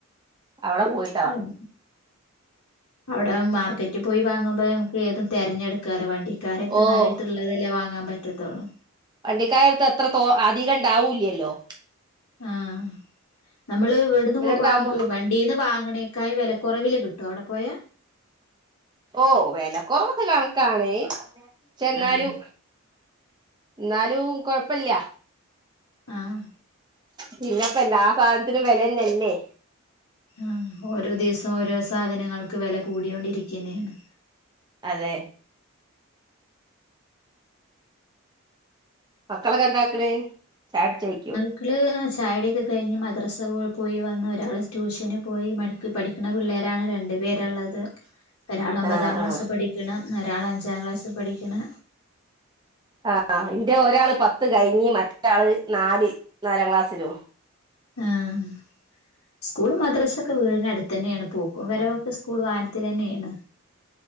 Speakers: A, on the right; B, on the left.
A: അവട പോയി
B: വേങ്ങും അവടെ മാർക്കറ്റി പോയി വാങ്ങുമ്പയ് ഞമക്ക് ഏതും തെരഞ്ഞെട് ക്കാലോ വണ്ടിക്കാരെര്ത്ത്ന്ന്
A: ഓഹ്
B: അവരെര്ത്ത്ള്ളതല്ലേ വാങ്ങാൻ പറ്റത്തൊള്ളൂ
A: വണ്ടിക്കാരെട്ത്ത് അത്ര തോ അധികം ഇണ്ടാവൂല്ല്യല്ലോ
B: ആഹ് നമ്മള് ഇവ്ട്ന്ന്
A: ഇവരടുത്താകുമ്പോ
B: പോ വാങ്ങിക്ക് വ ണ്ടീന്ന് വാങ്ങ്ണേക്കായും വെലക്കൊറവില് കിട്ടോ അവ്ടെ പോയാ
A: ഓഹ് വെല കൊറവൊക്കെ കണക്കാണ് പക്ഷെ ന്നാലും
B: ആഹ്
A: ന്നാലും കൊഴപ്പല്ല്യ
B: ആഹ്
A: പിന്നെപ്പ എല്ലാ സാനത്തിനും വെലെന്നല്ലേ
B: ആഹ് ഓരോ ദിവസം ഓരോ സാധനങ്ങൾക്ക് വെല കൂടിയോണ്ടിരിക്ക്യെന്നേണ്
A: അതെ മക്കളൊക്കെ എന്താക്ക്ണ് ചായ കുടിച്ചോയ്ക്ക്യോ
B: മക്കള് ചായുടിയൊക്കെ കഴിഞ്ഞ് മദ്രസെ പോയി പോയി വന്ന് ഒരാള് ട്യൂഷന് പോയി മടിക്ക് പഠി ക്ക്ണ പിള്ളേരാണ് രണ്ട് പേരാള്ളത് പ്പൊ ഒരാള് ഒമ്പതാം
A: ആഹ്
B: ക്ലാസ്
A: ആഹ്
B: പഠിക്ക്ണ് ഒരാള് അഞ്ചാം ക്ലാസ് പഠിക്ക്ണ്
A: ആഹ് ആഹ് ഇന്റെ ഒരാള് പത്ത് കഴിഞ്ഞ് മറ്റ ആള് നാല് നാലാം ക്ലാസ്സിലു
B: ആഹ് സ്കൂളും മദ്രസൊക്കെ വീടിനട്ത്തെന്നേണ് പോക്കും വെരവൊക്കെ സ്കൂൾ വാഹനത്തിലെന്നേണ്